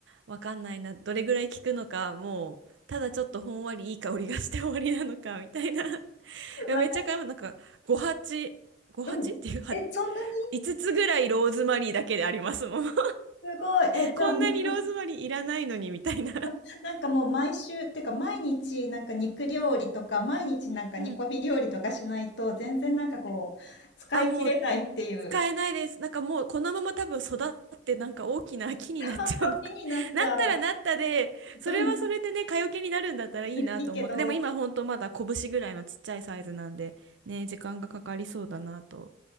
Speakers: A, on the right; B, on the left.
A: わかんないな、どれぐらい効くのか、もうただちょっとほんわりいい香りがして終わりなのかみたいな。<laughs> いやめっちゃ買います。
B: わか
A: なんか5鉢、5鉢っていう鉢、
B: る。うん。え、そんなに
A: 5つつぐらいローズマリーだけでありますもん。<laughs>
B: すごい。え、じゃあもう、
A: こんなにローズマリーいらないのにみたいな。
B: <laughs> なんかもう毎週、てか毎日なんか肉料理とか、毎日なんか煮込み料理とかしないと、
A: うん
B: 全然なんかこう、使い切れないっていう。
A: あ、もう使えないです。なんかもうこのまま多分育ってなんか大きな木になっちゃうのか
B: <laughs> そうそう、気になっちゃう。
A: <laughs> なったらなったで、それはそれでね、
B: うん。
A: 蚊よけになるんだったらいいなと思って。
B: いいけど。
A: でも今ほんとまだ拳ぐらいのちっちゃいサイズなんで、ね、時間がかかりそうだなと